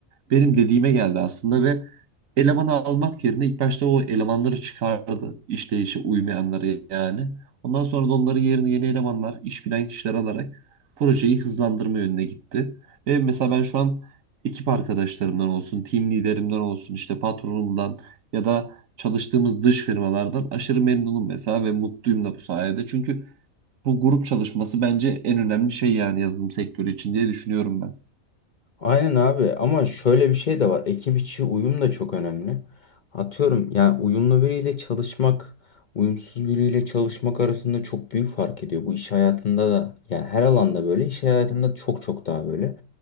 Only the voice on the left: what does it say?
Aynen abi ama şöyle bir şey de var. Ekip içi uyum da çok önemli. Atıyorum yani uyumlu biriyle çalışmak, uyumsuz biriyle çalışmak arasında çok büyük fark ediyor. Bu iş hayatında da yani her alanda böyle iş hayatında çok çok daha böyle.